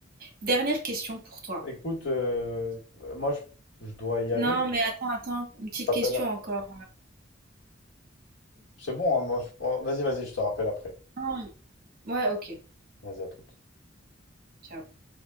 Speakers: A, on the right (about 50°); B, on the left (about 80°).
A: Dernière question pour toi.
B: Écoute, euh, euh, moi, je, je dois y aller.
A: Non, mais attends, attends, une petite
B: Ça
A: question
B: s'appelle-
A: encore.
B: C'est bon, hein, moi, je- oh, Vas-y, vas-y, je te rappelle après.
A: Non, Ouais, ok,
B: Vas-y, à toute.
A: ciao.